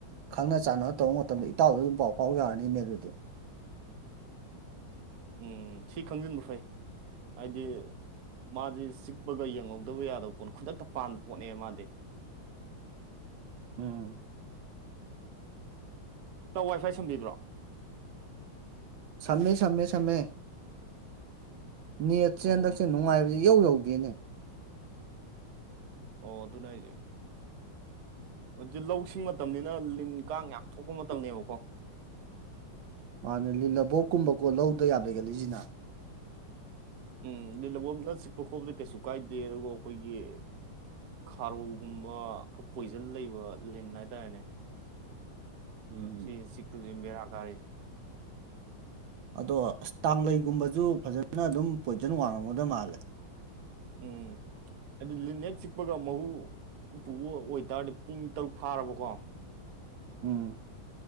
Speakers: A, on the right (about 75°); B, on the right (about 60°).
A: ꯈꯪꯅ ꯆꯥꯟꯅ ꯇꯧꯕ ꯃꯇꯝꯗ ꯏꯇꯥꯎꯗ ꯑꯗꯨꯝ ꯄꯥꯎ ꯐꯥꯎ ꯌꯥꯔꯅꯤꯅꯦ ꯑꯗꯨꯗꯤ
B: ꯎꯝ ꯁꯤ ꯈꯪꯖꯤꯟꯕ ꯐꯩ ꯍꯥꯏꯗꯤ ꯃꯥꯗꯤ ꯆꯤꯛꯄꯒ ꯌꯦꯡꯍꯧꯗꯕ ꯌꯥꯗꯕ ꯄꯣꯠ ꯈꯨꯗꯛꯇ ꯄꯥꯟꯕ ꯄꯣꯠꯅꯦ ꯃꯥꯗꯤ
A: ꯎꯝ
B: ꯇ ꯋꯥꯏ ꯐꯥꯏ ꯁꯝꯕꯤꯕ꯭ꯔꯣ
A: ꯁꯝꯃꯦ ꯁꯝꯃꯦ ꯁꯝꯃꯦ ꯅꯦꯠ ꯆꯦꯟꯗꯛꯁꯦ
B: ꯑꯣ
A: ꯅꯨꯡꯉꯥꯏꯕꯁꯤ ꯌꯧ ꯌꯧꯗꯦꯅꯦ
B: ꯑꯣ ꯑꯗꯨ ꯑꯩꯁꯦ ꯍꯧ ꯂꯧ ꯁꯤꯡ ꯃꯇꯝꯅꯤꯅ ꯂꯤꯟ ꯀꯥꯡ ꯌꯥꯝ ꯊꯣꯛꯄ ꯃꯇꯝꯅꯦꯕꯀꯣ
A: ꯃꯥꯅ ꯂꯤꯜꯂꯕꯣꯛꯀꯨꯝꯕꯀꯣ ꯂꯧꯗ ꯌꯥꯝ ꯂꯩꯒꯠꯂꯤꯏꯁꯤꯅ
B: ꯎꯝ ꯂꯤꯜꯂꯕꯣꯞꯅ ꯆꯤꯛꯄ ꯈꯣꯕꯗ ꯀꯩꯁꯨ ꯀꯥꯏꯗꯦ ꯑꯗꯨꯒ ꯑꯩꯈꯣꯏꯒꯤ ꯈꯥꯔꯣꯒꯨꯝꯕ ꯈꯔ ꯄꯣꯏꯖꯟ ꯂꯩꯕ ꯂꯤꯟ ꯍꯥꯏꯇꯥꯔꯦꯅꯦ
A: ꯎꯝ
B: ꯁꯤꯁꯤꯈꯁꯤ ꯕꯔꯥ ꯀꯥꯔꯤ
A: ꯑꯗꯣ ꯑꯁ ꯇꯥꯡꯂꯩꯒꯨꯝꯕꯁꯨ ꯐꯖꯅ ꯑꯗꯨꯝ ꯄꯣꯏꯁꯟ ꯋꯥꯡꯉꯝꯒꯗꯕ ꯃꯥꯜꯂꯦ
B: ꯎꯝ ꯍꯥꯏꯗꯤ ꯂꯤꯟꯅꯦꯛ ꯆꯤꯛꯄꯒ ꯃꯍꯨ ꯄꯨꯕ ꯑꯣꯏꯇꯥꯔꯗꯤ ꯄꯨꯡ ꯇꯔꯨꯛ ꯐꯥꯔꯕꯀꯣ
A: ꯎꯝ